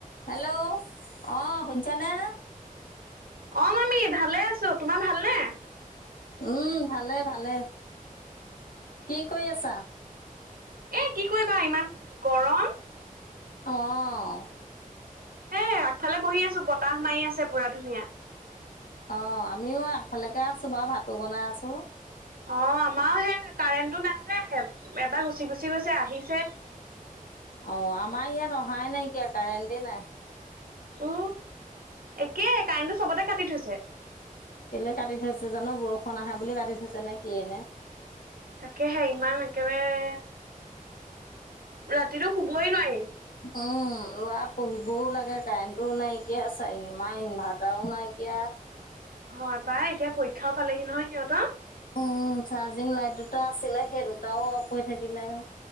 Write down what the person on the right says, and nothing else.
অ, মামি ভালে আছো, তোমাৰ ভালনে?
এ, কি কৰিবা, ইমান গৰম।
এ, আগফালে বহি আছো, বতাহ মাৰি আছে, পুৰা ধুনীয়া।
অ, আমাৰো সেই কাৰেণ্টটো নাই যে, এবাৰ গুচি, গুচি গৈছে আহিছে। <inaudible>
উ, একে কাৰেণ্টো চবতে কাটি থৈছে।
তাকেহে ইমান একেবাৰে ৰাতিতটো শুবই নোৱাৰি।
হয়, পায় এতিয়া পৰীক্ষাও পালেহি নহয় সিহঁত।